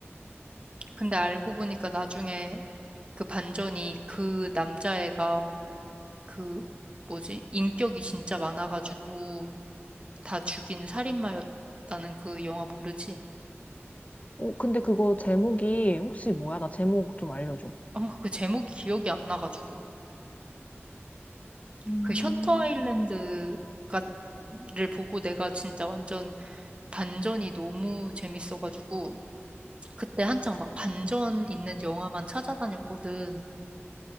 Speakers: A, on the right (about 25°); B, on the left (about 35°).
A: 근데 알고 보니까 나중에 그 반전이 그 남자애가 그 뭐지? 인격이 진짜 많아가지고 다 죽인 살인마였다는 그 영화 모르지?
B: 어, 근데 그거 제목이 혹시 뭐야? 나 제목 좀 알려줘.
A: 뭔가 그 제목이 기억이 안 나가지고
B: 음.
A: 그 셔터 아일랜드가 를 보고 내가 진짜 완전 반전이 너무 재밌어가지고 그때 한창 막 반전 있는 영화만 찾아다녔거든.